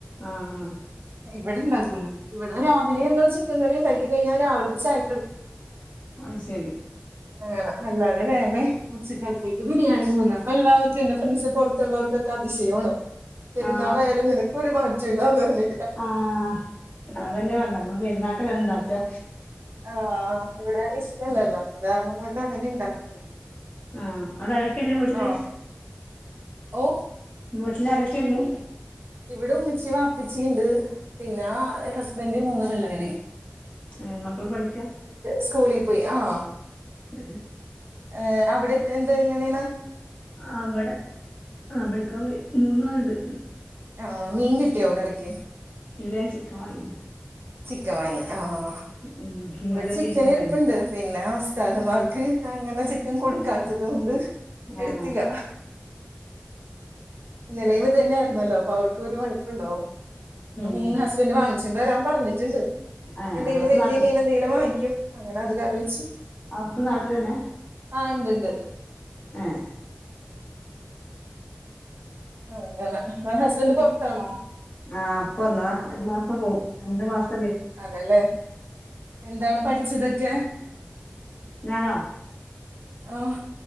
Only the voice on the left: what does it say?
ആഹ് ആഹ്
അത് ശരി
ആ
ആഹ് അതന്നെ പറഞ്ഞ നമ്മള് പെരുന്നാക്കല് ഇണ്ടാക്കാ
ആ അവടെ ആരക്ക ഇണ്ട് വീട്ടില്
വീട്ടില് ആരക്ക ഉണ്ട്
ഏ മക്കള് പഠിക്കാ
ഏ
അവടെ ആഹ് അവിട മൂന്നാളുണ്ട്
ഇല്ല ചിക്കൻ വാങ്ങിയാന്ന്
ഉം ഇന്നലെ
ബീഫ് ഉണ്ടായിന്
ആ
ഉം
ഏഹ്
ഹസ്
നാട്ട്
അസ്സ്നാട്ടില് തന്നെ
ഏ
ആഹ് അപ്പൊ വന്നതാ ഈ മാസം പോവും രണ്ടു മാസം
ഞാനോ